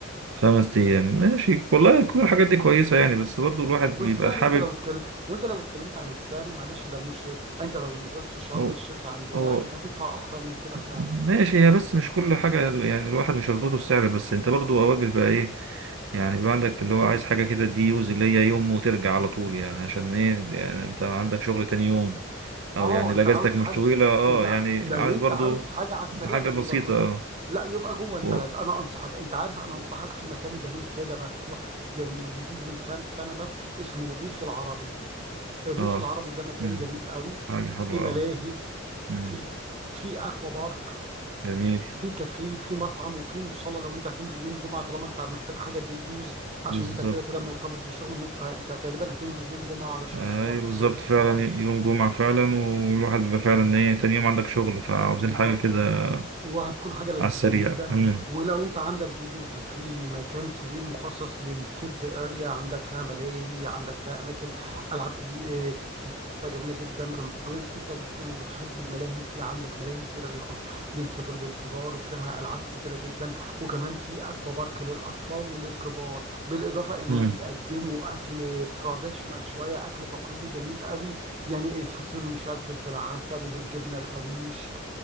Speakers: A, on the right; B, on the right.
A: خمس أيام ماشي والله كل الحاجات دي كويسة يعني بس برضو الواحد بيبقى
B: والسعر
A: حابب
B: انت لو اتكلمت وانت لو اتكلمت عن السعر معلش ده مش انت لو نزلت شرم
A: هو
B: الشيخ عندنا
A: هو
B: انت هتدفع اكتر من كده فعلا
A: ماشي هي بس مش كل حاجة يعني الواحد مش هيربطه السعر بس انت برضو اوقات بيبقى ايه يعني بيبقى عندك اللي هو عايز حاجة كده دي يوز اللي هي يوم وترجع على طول يعني عشان ايه يعني انت عندك شغل تاني يوم او
B: اه
A: يعني
B: انت
A: لا اجازتك
B: عاوز
A: مش
B: حاجه
A: طويلة اه
B: انت
A: يعني
B: لو
A: عايز
B: انت
A: برضو
B: عاوز حاجه على السريع
A: حاجة
B: لا
A: بسيطة
B: يبقى جوه
A: اه
B: لا يبقى جوه البلد
A: و-
B: انا انصحك انت عارف انا انصحك في مكان جميل كده مفتوح جميل جديد من كام سنه بس اسمه الريف العربي الريف
A: اه
B: العربي ده مكان
A: مم.
B: جميل قوي
A: حاجة حلوة
B: في ملاهي
A: اه مم.
B: في في اكوا بارك
A: جميل
B: في كافيه في مطعم وفي مصلى لو انت هتنزل يوم جمعه طالما انت محتاج حاجه دي يوز
A: بالظبط
B: عشان انت كده كده مرتبط بالشغل ممكن فانت غالبا هتنزل يوم جمعه علشان
A: ايوه
B: الصلاه
A: بالظبط
B: الصلاه
A: فعلا يوم جمعة فعلا والواحد بيبقى فعلا ايه تاني يوم عندك شغل فعاوزين
B: بالظبط
A: حاجة كده
B: وهتكون حاجة لذيذة
A: على السريع
B: جدا
A: مم.
B: ولو انت عندك بيبيز في مكان كبير مخصص للكيدز اريا عندك فيها ملاهي عندك فيها اماكن العاب كبيرة جميلة جدا وكمان لو انت كبير وبتحب الملاهي في عندك ملاهي كبيرة للأب- للكب- للكبار وفيها العاب كتيرة جدا وكمان في اكوا بارك للاطفال وللكبار بالاضافة انهم
A: مم.
B: بيقدموا اكل تراديشنال شوية اكل تقليدي جميل قوي يعني الفطير مشلتت بالعسل وبالجبنة القريش